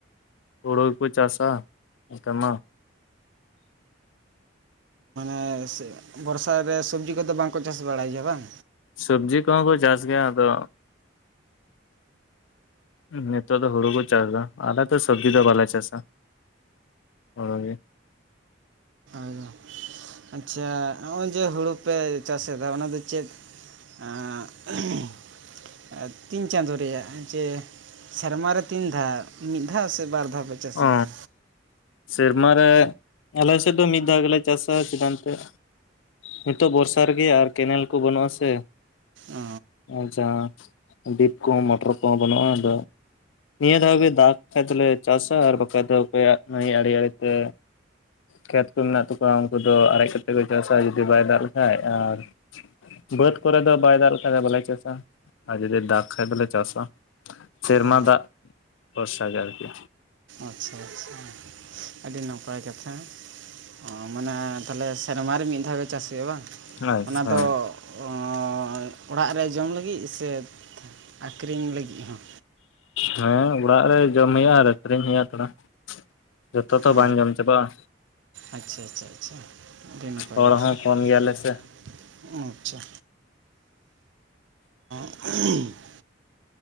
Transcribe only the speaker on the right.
ᱦᱮᱸ ᱥᱮᱜ ᱵᱚᱨᱥᱟ ᱨᱮ ᱥᱚᱵᱽᱡᱤ ᱠᱚᱫᱚ ᱵᱟᱝ ᱠᱚ ᱪᱟᱥ ᱵᱟᱲᱟᱭ ᱜᱮᱭᱟ ᱵᱟᱝ?
ᱚ ᱟᱪᱪᱷᱟ ᱱᱚᱜᱼᱚᱸᱭ ᱡᱮ ᱦᱩᱲᱩ ᱯᱮ ᱪᱟᱥ ᱮᱫ ᱫᱚ ᱚᱱᱟᱫᱚ ᱪᱮᱫ ᱟᱸᱻᱜ <unintelligible> ᱮᱸ ᱛᱤᱱ ᱪᱟᱸᱫᱳ ᱨᱮᱭᱟᱜ ᱡᱮ ᱥᱮᱨᱢᱟ ᱨᱮ ᱛᱤᱱ ᱫᱷᱟᱻᱜ ᱢᱤᱫ ᱫᱷᱟᱣ ᱥᱮ ᱵᱟᱨ ᱫᱷᱟᱣ ᱯᱮ ᱪᱟᱥ
ᱜᱮᱭᱟ?
ᱚ
ᱚ
ᱟᱪᱪᱷᱟ ᱟᱪᱪᱷᱟ ᱟᱹᱰᱤ ᱱᱟᱯᱟᱭ ᱠᱟᱛᱷᱟ, ᱚᱸ ᱢᱟᱱᱮ ᱛᱟᱦᱮᱞᱮ ᱥᱮᱨᱢᱟ ᱨᱮ ᱢᱤᱫ ᱫᱷᱟᱣ ᱜᱮ ᱪᱟᱥ ᱦᱩᱭᱩᱜᱼᱟ ᱵᱟᱝ,
ᱚᱱᱟ ᱫᱚ ᱚᱸᱻᱭ ᱚᱲᱟᱜ ᱨᱮ ᱡᱚᱢ ᱞᱟᱹᱜᱤᱜ ᱥᱮ ᱟᱠᱨᱤᱧ ᱞᱟᱹᱜᱤᱜ ᱦᱚᱸ᱾
ᱚ
ᱟᱪᱪᱷᱟ ᱟᱪᱪᱷᱟ ᱟᱪᱪᱷᱟ ᱟᱹᱰᱤ ᱱᱟᱯᱟᱭ
ᱠᱟᱛᱷᱟ
᱾
ᱟᱪᱪᱷᱟ <unintelligible>